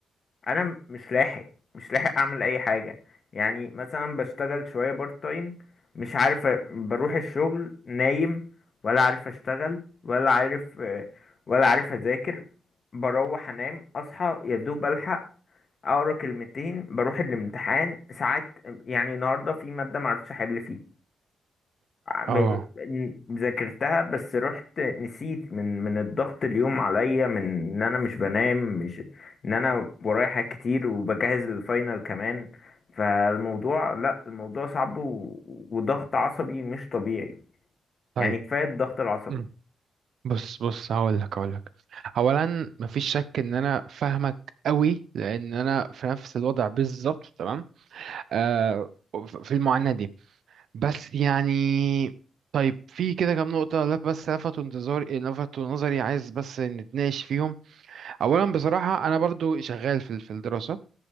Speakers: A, on the left; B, on the right.
A: انا م- مش لاحق مش لاحق اعمل اي حاجه يعني مثلا بشتغل شويه بارت تايم مش عارف أ- بروح الشغل نايم ولا عارف اشتغل ولا عارف آه، ولا عارف اذاكر بروح انام اصحى يا دوب الحق اقرا كلمتين بروح الامتحان ساعات يعني النهارده في ماده معرفتش احل فيها م-
B: اه
A: ذاكرتها بس رحت نسيت من من الضغط اليوم عليا من ان انا مش بنام مش ان انا ورايا حاجات كتير وبجهز للفاينل كمان فالموضوع لا الموضوع صعب و... وضغط عصبي مش طبيعي
B: طيب
A: يعني كفاية الضغط العصبي
B: مم. بص بص هقول لك هقول لك اولا مفيش شك ان انا فاهمك قوي لان انا في نفس الوضع بالظبط تمام آه، في المعاناة دي بس يعني طيب في كده كام نقطة لف بس لفتوا انتظاري لفتوا نظري عايز بس نتناقش فيهم أولا بصراحة أنا برضو شغال في في الدراسة